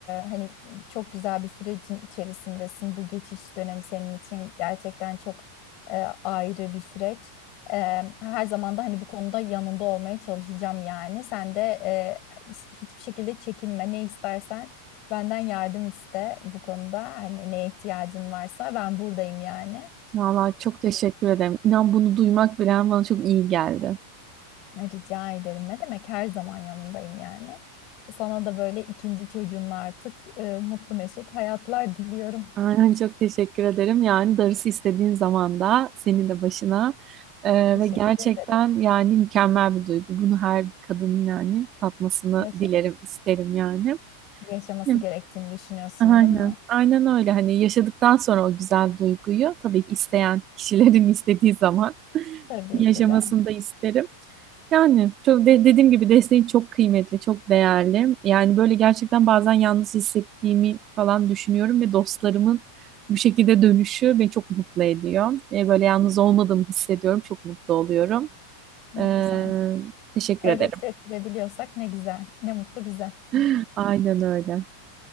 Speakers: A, on the left (about 40°); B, on the right (about 30°).
A: hani çok güzel bir sürecin içerisindesin. Bu geçiş dönemi senin için gerçekten çok e, ayrı bir süreç. Ee, her zaman da hani bu konuda yanında olmaya çalışacağım yani. Sen de e, hiç- hiçbir şekilde çekinme. Ne istersen benden yardım iste bu konuda. Hani neye ihtiyacın varsa ben buradayım yani.
B: Vallahi çok teşekkür ederim. İnan bunu duymak bile bana çok iyi geldi.
A: Rica ederim. Ne demek? Her zaman yanındayım yani. Sana da böyle ikinci çocuğunla artık e, mutlu mesut hayatlar diliyorum.
B: Aynen çok teşekkür ederim. Yani darısı istediğin zaman da senin de başına Ee,
A: Teşekkür
B: ve gerçekten
A: ederim.
B: yani mükemmel bir duygu. Bunu her bir kadının yani tatmasını
A: Yaşa-
B: dilerim, isterim yani.
A: yaşaması
B: Değil mi?
A: gerektiğini düşünüyorsun,
B: Aynen.
A: değil mi?
B: Aynen öyle. Hani yaşadıktan sonra o güzel duyguyu tabii ki isteyen kişilerin <laughs> istediği zaman
A: Tabii
B: yaşamasını
A: ki de.
B: da isterim. Yani çok de- dediğim gibi desteği çok kıymetli, çok değerli. Yani böyle gerçekten bazen yalnız hissettiğimi falan düşünüyorum ve dostlarımın bu şekilde dönüşü beni çok mutlu ediyor. E, böyle yalnız olmadığımı hissediyorum, çok mutlu oluyorum.
A: Ne
B: Ee,
A: güzel.
B: teşekkür
A: Öyle
B: ederim.
A: hissettirebiliyorsak ne güzel. Ne mutlu bize.
B: <laughs>
A: <laughs>
B: Aynen öyle.